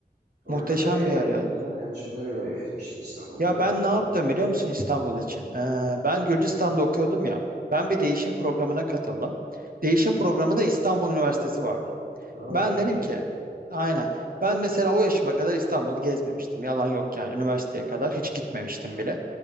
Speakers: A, on the right; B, on the right.
A: Orada
B: Muhteşem
A: nereye
B: bir yer
A: gittin
B: ya.
A: sen? En çok nerelere gezmiştin İstanbul'da?
B: Ya ben ne yaptım biliyor musun İstanbul için? Ee, ben Gürcistan'da okuyordum ya. Ben bir değişim programına katıldım. Değişim programında İstanbul Üniversitesi vardı.
A: Aa
B: Ben
A: çok
B: dedim
A: iyi.
B: ki aynen. Ben mesela o yaşıma kadar İstanbul'u gezmemiştim. Yalan yok yani. Üniversiteye kadar hiç gitmemiştim bile.